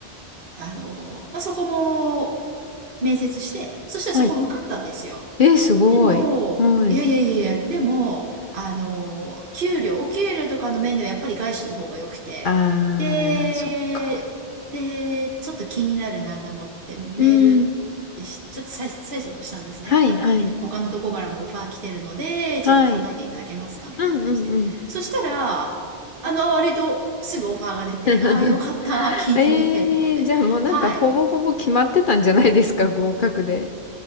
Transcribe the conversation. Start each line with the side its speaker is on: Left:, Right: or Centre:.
Right: あの、まあ、そこも面接して、そしたらそこ受かったんですよ。
Left: はい。えー、すごい。
Right: でも、
Left: はい。
Right: いやいやいやいや、でも、あの、給料、お給料とかの面ではやっぱり外資の方が良くて、
Left: あー、
Right: で、
Left: そっか。
Right: で、ちょっと気になるなって思ってメールし、
Left: うん。
Right: ちょっと催催促したんですね。
Left: はい、
Right: あの、
Left: はい。
Right: 他のとこからもオファー来てるので、
Left: はい。
Right: ちょっと考えていただけますかみたいな感じで。
Left: うん、うん、うん。
Right: そしたら、あの、割とすぐオファーが出て、
Left: <laughs>
Right: ああ、よかった、聞いてみて、
Left: え
Right: と思って。
Left: ー、じゃあもうなんかほぼほぼ決まってたんじゃないですか、
Right: はい。
Left: 合格で。